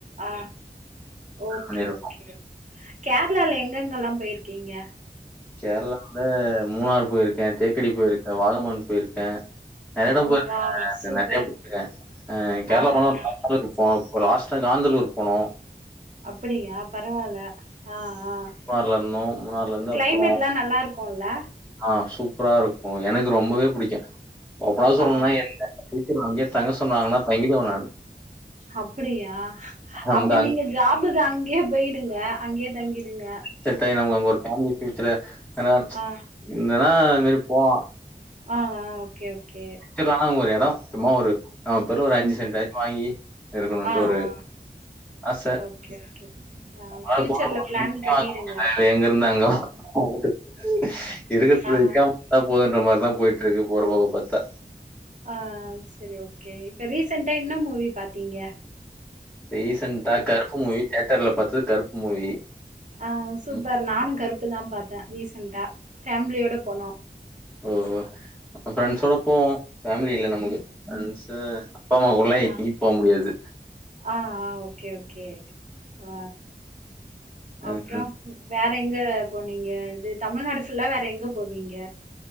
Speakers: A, on the right; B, in the centre.
A: ஆ ஓகே
B: பண்ணியிருக்கோம்.
A: ஓகே கேர்ளால எங்கெங்கல்லா போயிருக்கீங்க
B: கேர்ளால மூணார் போயிருக்கே தேக்கடி போயிருக்கே வாகமன் போயிருக்கே நெறைய எடோ
A: ஓ
B: போயிருக்கேங்க
A: வாவ் சூப்பர்
B: நெறைய போயிருக்கே அ கேர்ளா
A: ஆ
B: போனா
A: ஆ
B: ஒரு நாலு பேரு இருப்போ இப்போ லாஸ்டா காந்தலூர் போனோ
A: அப்டியா பரவால ஆ ஆ
B: மூணார்ல இருந்தோம். மூணார்லருந்து
A: கிளைமேட்லா
B: அப்புறம்
A: நல்லா இருக்குல்ல
B: ஆ சூப்பரா இருக்கு எனக்கு ரொம்பவே பிடிக்கு ஓப்பனா சொல்லணுனா
A: ஆ
B: என் அங்கே தங்க சொன்னாங்கன்னா தங்கிடுவே நானு
A: அப்டியா
B: நமக்கு
A: அப்ப
B: அங்க
A: நீங்க ஜாபுக்கு அங்கயே போயிடுங்க அங்கேயே தங்கிடுங்க
B: செட் ஆகி நமக்கு அங்க ஒரு ஃபேமிலி ஃயூச்சர் ஆனா
A: ஆ
B: இருந்தனா அது மாரி போலா
A: ஆ ஆ ஓகே ஓகே
B: <unintelligible> அங்க ஒரு எட சும்மா ஒரு நம்ம பேர்ல ஒரு அஞ்சு
A: ம்
B: சென்டாச்சு வாங்கி இருக்கணுன்ட்டு
A: ஆ
B: ஒரு
A: ஆ
B: ஆச
A: ஓகே ஓகே ஆ
B: அதாவது
A: ஃப்யூச்சர்ல
B: போன போன
A: பிளான் பண்ணிடுங்க
B: <inaudible> எங்க இருந்தாங்க அங்க <inaudible> இருக்றத
A: ஆ
B: விக்காம விட்டா போததுன்ற மாரிதா போயிட்ருக்கு போற போக்க பாத்தா
A: ஆ செரி ஓகே இப்ப ரீசென்டா என்ன மூவி பாத்தீங்க
B: ரீசெண்டா கருப்பு மூவி தேட்டர்ல பாத்தது கருப்பு மூவி
A: ஆ சூப்பர்
B: ம்.
A: நானு கருப்பு தா பாத்தே ரீசண்ட்டா ஃபேமிலியோட போனோ
B: ஓ ப்ரெண்ட்ஸோட போவோ ஃபேமிலி இல்ல நமக்கு ஃப்ரண்ட்ஸ்சு அப்பா அம்மா கூடலா எங்கையு
A: ஆ
B: போ முடியாது
A: ஆ ஆ ஓகே ஓகே ஆ
B: ம்.
A: அப்றோ
B: ம்.
A: வேற எங்க போனீங்க இது தமிழ்நாடு ஃபுல்லா வேற எங்க போவீங்க